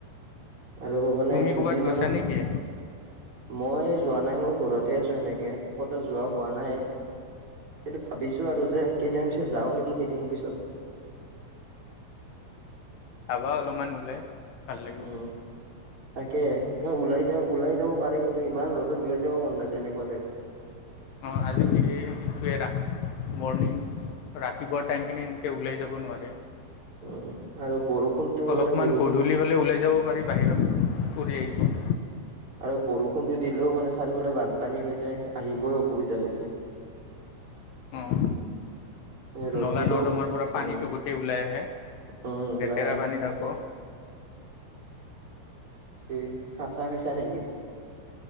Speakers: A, on the right; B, on the left.
A: আৰু মানে
B: তুমি
A: দুদিন
B: ক'ৰবাত গৈছা
A: মানৰ-
B: নেকি?
A: মই যোৱা নাই, মই ঘৰতে আছো এনেকে, ক'তো যোৱা হোৱা নাই। কিন্তু ভাবিছো আৰু যে কেইদিনমানৰ পিছত যাওঁ নেকি, কেইদিনমান পিছত?
B: যাবা অলপমান ওলাই, ভাল লাগিব।
A: উম, তাকে মানে ওলাই যা ওলাই যাব পাৰে, কিন্তু ইমান ৰ'দত ওলাই যাব মন নাযায় এনেকুৱাতে।
B: অঁ, আজিকালি সেইটোৱে, মৰ্ণিং ৰাতিপুৱা
A: উম
B: টাইমখিনি- ওলাই যাব নোৱাৰে।
A: উম আৰু বৰষুণটো
B: অলপমান
A: মানে বৰষুণ-
B: গধূলি ওলাই যাব পাৰি বাহিৰত, ফুৰি আহিব।
A: আৰু বৰষুণটো দিলেও মানে চাৰিওফালে বানপানী হৈ যায়, আহিবই অসুবিধা হৈ যায়।
B: অহ।
A: ৰ'দ
B: নলা
A: দিলেও
B: -নৰ্দমাৰ পৰা পানীটো
A: উম
B: গোটেই ওলাই আহে,
A: উম ওলাই
B: লেতেৰা
A: আহে
B: পানী তাকো।
A: এই চাচা খাইছা নেকি?